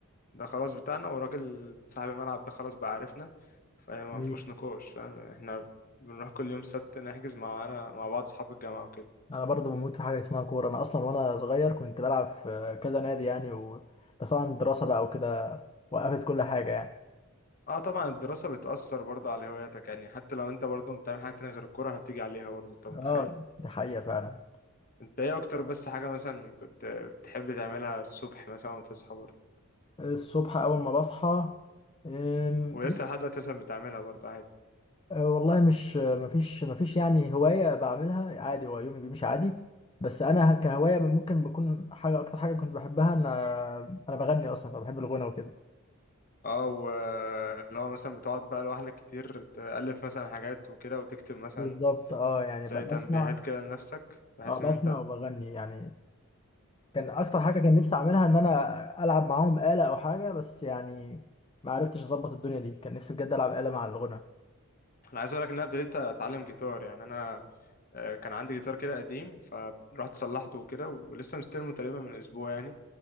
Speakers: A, on the left (about 40°); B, on the left (about 25°).
A: ده خلاص بتاعنا والراجل صاحب الملعب ده خلاص بقى عارفنا فما
B: جميل
A: فيهوش نقاش فاهم احنا بنروح كل يوم سبت نحجز معانا مع بعض اصحاب الجامعة وكده
B: انا برضو بموت في حاجه اسمها كوره انا اصلا وانا صغير كنت بلعب في كذا نادي يعني و... بس طبعا الدراسه بقى وكده وقفت كل حاجه يعني
A: اه طبعا الدراسة بتأثر برضه على هواياتك يعني حتى لو انت برضه بتعمل حاجة تانية غير الكورة هتيجي عليها برضه انت متخيل
B: اه دي حقيقة فعلا
A: انت ايه اكتر بس حاجة مثلا كنت بتحب تعملها الصبح مثلا وتصحى برضه
B: الصبح أول ما بصحى أم،
A: ولسه لحد دلوقتي مثلا بتعملها برضه عادي
B: أه، والله مش مفيش مفيش يعني هواية بعملها عادي هو يومي بيمشي عادي بس أنا كهواية ممكن بكون حاجة أكتر حاجة كنت بحبها إن أنا بغني أصلا فبحب الغنى وكده
A: اه واللي هو مثلا بتقعد بقى لوحدك كتير تألف مثلا حاجات وكده وتكتب مثلا
B: بالظبط اه يعني
A: زي
B: ب-
A: تنبيهات
B: بسمع
A: كده لنفسك بحيث
B: اه بسمع
A: ان انت
B: وبغني يعني كان أكتر
A: طب
B: حاجة كان نفسي أعملها إن أنا ألعب معاهم آلة أو حاجة بس يعني ما عرفتش أظبط الدنيا دي كان نفسي بجد ألعب آلة مع الغنى
A: انا عايز اقول لك ان انا ابتديت اتعلم جيتار يعني انا آه، كان عندي جيتار كده قديم فرحت صلحته وكده ولسه مستلمه تقريبا من اسبوع يعني